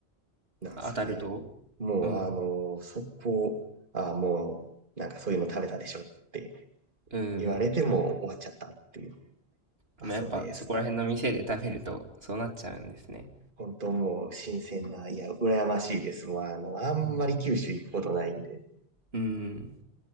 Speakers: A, on the right; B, on the right.
A: なんですね。
B: 当たると
A: もう、
B: うん。
A: あの、そこ、あ、もう、なんかそういうの食べたでしょって
B: うん。
A: 言われても終わっちゃったっていう。まあ、
B: まあ、
A: そうですって。
B: やっぱそこら辺の店で食べるとそうなっちゃうんですね。
A: 本当もう新鮮な、いや、羨ましいです。まあ、あの、あんまり九州行くことないんで。
B: うん。うん